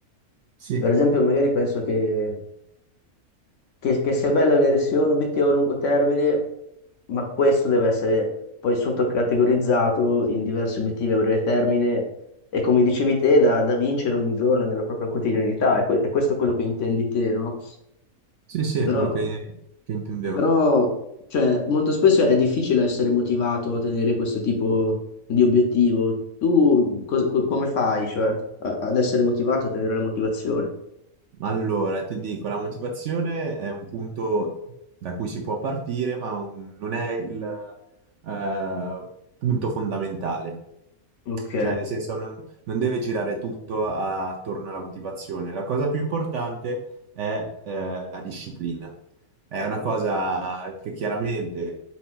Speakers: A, on the right; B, on the left.
A: Sì,
B: Per esempio, magari penso che che, che sia bella avere sia un obiettivo a lungo termine, ma questo deve essere poi sottocategorizzato in diversi obiettivi a breve termine e come dicevi te, da, da vincere ogni giorno nella propria quotidianità, e, que- e questo è quello che intendi te, no?
A: Sì, sì, è
B: Però,
A: quello che, che intendevo.
B: però cioè, molto spesso è difficile essere motivato a tenere questo tipo di obiettivo. Tu cos- co- come fai, cioè, a- ad essere motivato, a tenere la motivazione?
A: Allora, ti dico, la motivazione è un punto da cui si può partire, ma un- non è il eh, punto fondamentale.
B: Ok,
A: Cioè, nel senso, non, non deve girare tutto a- attorno alla motivazione. La cosa più importante è eh, la disciplina. È una cosa che chiaramente